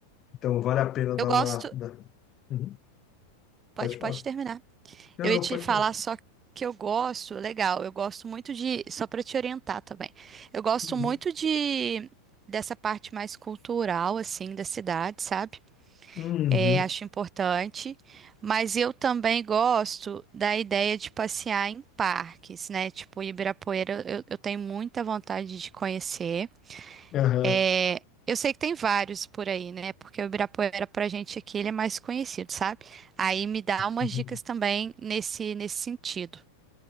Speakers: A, on the left (about 30°); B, on the right (about 25°).
A: Então, vale a pena dar
B: Eu gosto.
A: uma... dar- Uhum,
B: Pode,
A: pode falar.
B: pode terminar.
A: Não,
B: Eu
A: não,
B: ia te
A: pode
B: falar
A: falar.
B: só que eu gosto. Legal. Eu gosto muito de. Só para te orientar também. Eu gosto
A: Uhum.
B: muito de dessa parte mais cultural, assim, da cidade, sabe?
A: Uhum.
B: é, acho importante, mas eu também gosto da ideia de passear em parques, né? Tipo, Ibirapuera, eu, eu tenho muita vontade de conhecer.
A: Aham.
B: É, eu sei que tem vários por aí, né? Porque o Ibirapuera, pra gente aqui, ele é mais conhecido, sabe? Aí me dá umas
A: Uhum.
B: dicas também nesse, nesse sentido.